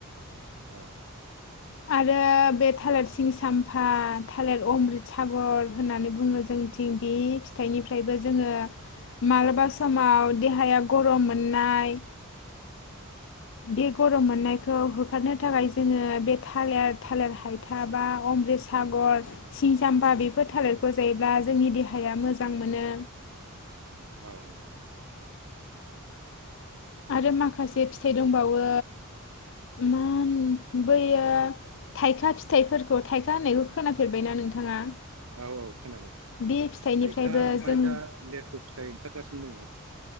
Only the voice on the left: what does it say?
आरो बे थालिर सिं सामफा थालिर अमृत सागर होननानै बुङो जोंथिं बे फिथाइनिफ्रायबो जोङो मालाबा समाव देहाया गरम मोननाय बे गरम मोननाय खौ होखारनो थाखाय जोङो बे थालिर थालिर हायथा बा अमृतसागर सिं जाम्बा बेफोर थालिरखौ जायोब्ला जोंनि देहाया मोजां मोनो।
आरो माखासे फिथाइ दंबावो। मा बैयो थाइखा फिथाइफोरखौ थाइखा होननायखौ खोनाफेरबायना नोंथाङा?
बे फिथाइनिफ्रायबो
जों